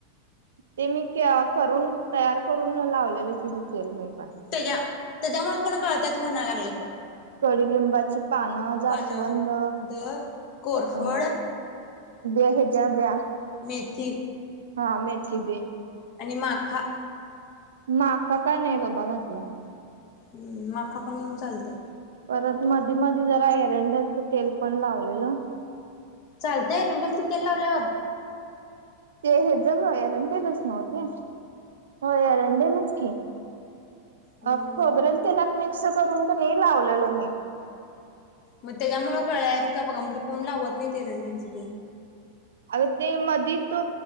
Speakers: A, on the right; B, on the left.
A: ते मी करूंन तयार करूंन लावलेलं किती तेल मी पणं
B: त्यांच्या त्यांच्यामुळे पणं कळंतयाचं म्हंणा लागलं तुं
A: कडुलिंबाची पानं जास्वंद
B: पानं द कोरफड
A: अं बे हजारो बदयां
B: मीरची
A: हा मेथी बी.
B: आणि माखा
A: माख काय नाय बाबा घातला मी.
B: हम्म, माखा पण चालतंय.
A: परत मधी मधी जरा एरंडेलच तेल पण लावलेलं.
B: चालतंय एरंडेलच तेल लावल्यावर?
A: ते हेज ग एरंडेलच नाव ते? हो एरंडेलच की.
B: हम्म
A: अ खोबरेल तेलात मिक्स करून क नी मिक्स करून लावलेलो मी.
B: मग त्याज्यामुळं गळल्यात का बघा, म्हणजे कोण लावत नाय एरंडेलच तेल.
A: अग ते मधी तो